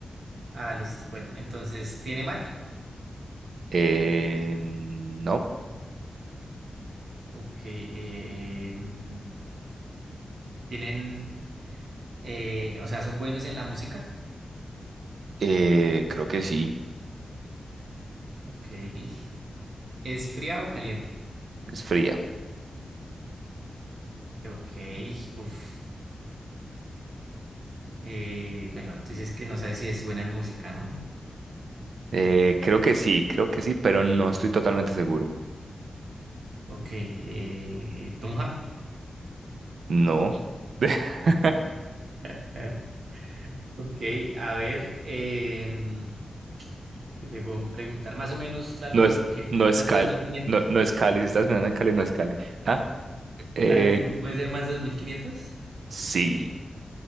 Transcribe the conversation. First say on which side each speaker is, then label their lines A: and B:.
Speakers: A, on the right; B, on the right.
A: Ah, listo. Bueno, entonces, ¿tiene marca?
B: Eh, no,
A: Ok. eh, mm, ¿tienen Eh, o sea, son buenos en la música.
B: eh, creo que sí,
A: Ok. ¿Es fría o caliente?
B: es fría.
A: Ok. Uf. Eh, bueno, tú dices que no sabes si es buena en música, ¿no?
B: Eh, creo que sí, creo que sí, pero no estoy totalmente seguro.
A: Ok. Eh, Tunja.
B: No, <laughs>
A: <laughs> Ok. A ver. em, ¿qué te puedo preguntar? Más o menos la altitud,
B: no es,
A: ¿qué?
B: no es
A: ¿Más
B: Cali,
A: de dos mil quinientos
B: no, no es Cali, si estás mirando en Cali, no es Cali. Ah, eh,
A: ¿La altitud puede ser más de dos mil quinientos
B: sí,